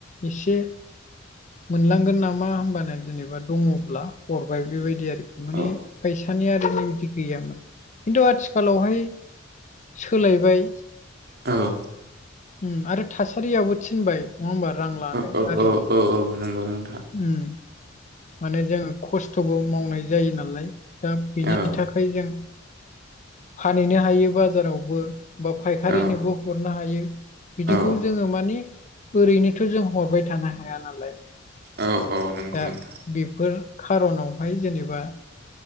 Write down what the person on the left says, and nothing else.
एसे मोनलांगोन नामा होनबानो जेनेबा दङब्ला हरबाय बेबायदि आरोखि माने
फैसानि आरो बेबायदि गैयामोन खिन्थु आथिखालावहाय सोलायबाय
उम आरो थासारियाबो थिनबाय नङा होमबा रां लानो
आररिनो
उम माने जों खस्थ'बो मावनाय जायो नालाय दा बिनि
थाख फ्राय जों फानहैनो हायो बाजारावबो बा फायखारिनोबो
हरनो हायो बिदिखौ
जोङो माने ओरैनोथ' जों हरबाय थानो हाया नालाय
दा
बेफोर खार'नावहाय जेनेबा